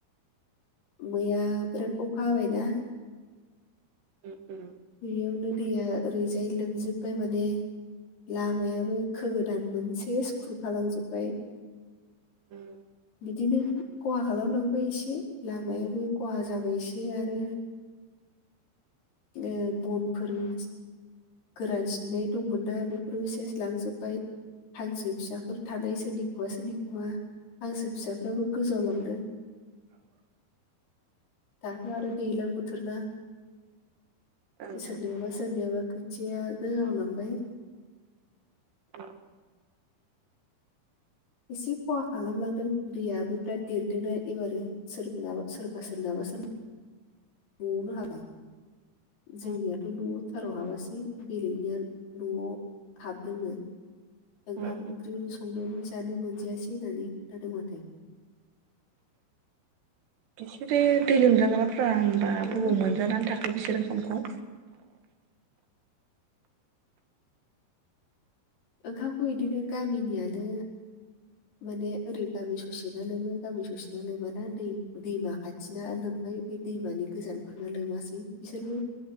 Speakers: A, on the left (about 75°); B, on the right (about 90°).
A: मैया बिराद अखा हाबायना।
B: उम उम
A: बेयावनो दैया ओरैजाय लोमजोब्बाय माने। लामायाबो खो गोदान मोनसे <unintelligible> खालामजोब्बाय।
B: उम
A: बिदिनो खहा खालामलांबाय इसे लामायाबो खहा जाबाय इसे आरो। उम बनफोर एसे गोरान सिननाय दंमोन ना बेफोरबो सेस लांजोबबाय। हांसो फिसाफोर थानाय सोरनिखौबा सोरनिखौबा हांसो फिसाफ्राबो गोजाव लांदों। दाथ' आरो दैज्लां बोथोरना।
B: ओं
A: सोरनिबा सोरनियाबा खोथिया गोजाव लांबाय।
B: उम।
A: एसे खहा खालामलांदों दैयाबो बिराद देरदोंना एबारो सोरनाबा सोरबा सोरनाबा। <unintelligible> न'आवनो हादों
B: ओं
A: जोंनियाथ' न' सेराव हाबासै बेलेगनिया न'आव हाबदोंनो। ओंखाम
B: ओं
A: ओंख्रिलनो संनो रोंस दानि मोनजायासै होननानै खोन्थादों माथो।
B: बिसोरो दै लोमजागाफ्रा होनबा
A: हेल'
B: बबाव मोनजानानै थाखो? बेसोरो ओंखाम खौ?
A: ओंखामखौ इदिनो गामिनियानो माने ओरै गामि ससे ना लोमो गामि ससे ना लोमाना दै दैमा खाथिना लोम बाय ओमफ्राय बे दैमानि गोजानफोरना लोमासै बिसोरनो